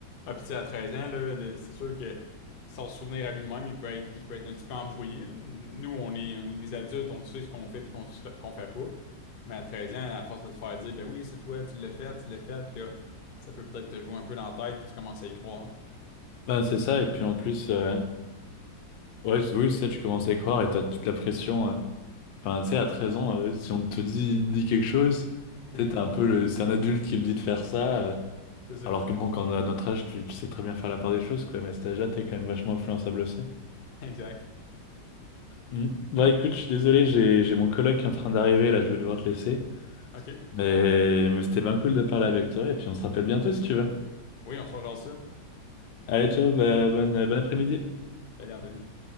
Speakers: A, on the left (about 45°); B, on the left (about 80°).
A: Ah, puis tu sais, à treize ans, là, le- c'est sûr que sans se souvenir à lui-même, il peut être, il peut être un petit peu embrouillé, là. Nous, on est, on est des adultes, on sait ce qu'on fait puis qu'on se fait- qu'on fait pas. Mais à 13 ans, à force de te faire dire, ben oui, c'est toi, tu l'as fait, tu l'as fait, puis là, ça peut peut-être te jouer un peu dans la tête puis tu commences à y croire.
B: ben c'est ça. Et puis en plus, euh, ouais, c'est- oui, ça, tu commences à y croire et t'as toute la pression. euh, Enfin, tu sais, à 13 ans, euh, si on te dit, dit quelque chose, tu
A: Hmm,
B: sais, t'es un peu le... C'est un adulte qui me dit de faire ça. euh,
A: c'est ça.
B: Alors que bon, quand on a notre âge, tu, tu sais très bien faire la part des choses, quoi. Mais à cet âge-là, t'es quand même vachement influençable aussi.
A: <laughs> Exact.
B: Mm. Bah écoute, je suis désolé, j'ai j'ai mon coloc qui est en train d'arriver, là, je vais devoir te laisser.
A: OK,
B: Mais,
A: c'est bon.
B: mais c'était bien cool de parler avec toi, et puis on se rappelle bientôt si tu veux.
A: Oui, on se rejoint ça.
B: Allez, ciao, bah, bonne, bon après-midi.
A: Salut, Anthony.